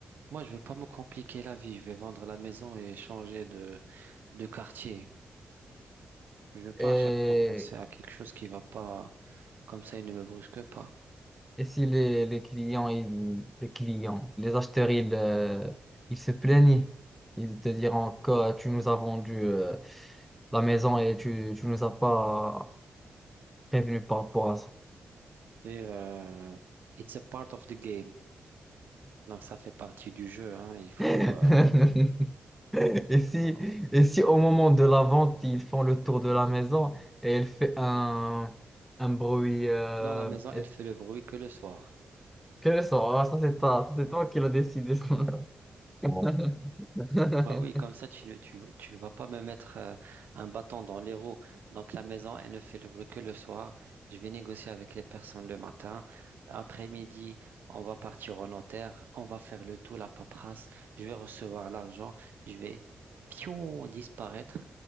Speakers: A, on the right; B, in the centre.
A: Moi, je vais pas me compliquer la vie. Je vais vendre la maison et changer de, de quartier. Je vais pas
B: Et,
A: à chaque fois penser à quelque chose qui va pas. Comme ça, il ne me brusque pas.
B: et si les, les clients, ils- les clients, les acheteurs, ils, euh, ils se plaignent, ils te diront que tu nous as vendu euh, la maison et tu, tu nous as pas prévenu par rapport à ça.
A: Et euh, it's a part of the game. Donc, ça fait partie du jeu, hein. Il faut,
B: <laughs>
A: euh,
B: Et
A: il
B: si,
A: faut.
B: et si au moment de la vente, ils font le tour de la maison et elle fait un, un bruit, euh,
A: Dans la maison,
B: elle
A: elle fait le bruit que le soir.
B: Quel sort? Ah, ça, c'est toi, ça, c'est toi qui l'as décidé. ça. Bon. <laughs>
A: Bah oui, comme ça, tu ne, tu, tu ne vas pas me mettre euh, un bâton dans les roues. Donc, la maison, elle ne fait le bruit que le soir. Je vais négocier avec les personnes le matin. Après-midi, on va partir au notaire. On va faire le tout, la paperasse. Je vais recevoir l'argent. Je vais, pion, disparaître.